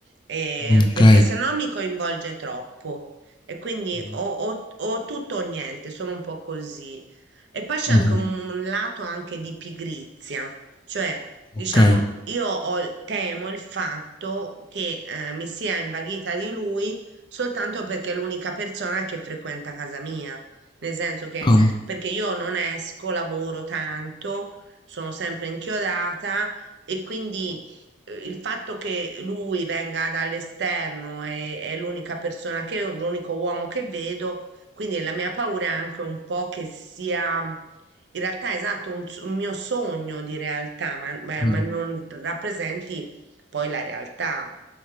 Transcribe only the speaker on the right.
eh,
perché se no mi coinvolge troppo. E quindi
o, o o tutto o niente, sono un po' così. E poi c'è
anche un, un lato anche di pigrizia, cioè, diciamo,
io ho il- temo il fatto che eh, mi sia invaghita di lui soltanto perché è l'unica persona che frequenta casa mia, nel senso che
perché io non esco, lavoro tanto, sono sempre inchiodata e quindi eh, il fatto che lui venga dall'esterno e è l'unica persona che, l'unico uomo che vedo quindi la mia paura è anche un po' che sia, in realtà, esatto, un, s- un mio sogno di realtà, ma, ma-
ma non rappresenti poi la realtà.